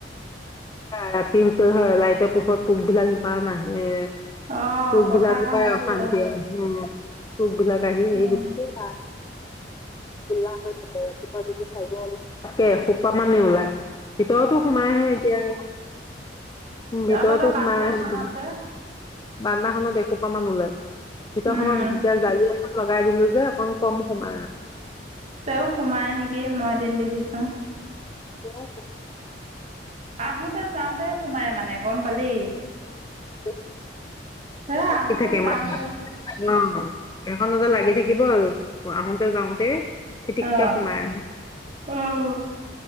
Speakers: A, on the left (about 20°); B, on the right (about 40°).
A: ৰাতিৰ ওচৰ হয় লাইটৰ পোহৰত পোক বিলাক ইমান আহে
B: অঁ
A: পুক
B: পথাৰ
A: বিলাকৰ
B: কাৰণে
A: পৰাই অশান্তি
B: পোক আহে
A: হয় উম পুক বিলাক আহি আহি
B: অঁ
A: গোটেই ধোলা হৈ থাকে ৰাতিপুৱা যদি হাৰিব ওলাও এখুপা মানেই ওলাই। ভিতৰতো সোমাই আহে এতিয়া ভিতৰতো
B: অঁ তহঁতৰ
A: সোমাই
B: বান্দাখনত
A: আহে
B: যে
A: বান্দাখননত এখোপামান ওলায়। ভিতৰখনত
B: উম,
A: যেতিয়া জাৰি আ লগাই দিলো যে অকন কম সোমাই।
B: তেওঁ সোমায় নেকি মই এদিন দেখিছো। অ
A: তেওঁৱ ক
B: আহোতে যাওঁতে সোমাই মানে গম পালি?
A: <unintelligible>
B: হে আহোঁতে
A: ই কেম
B: যাওঁতে
A: উ এখনতে লাগি থাকিব আৰু আহোতে যাওঁতে পিটিককে
B: অহ
A: সোমাই
B: উম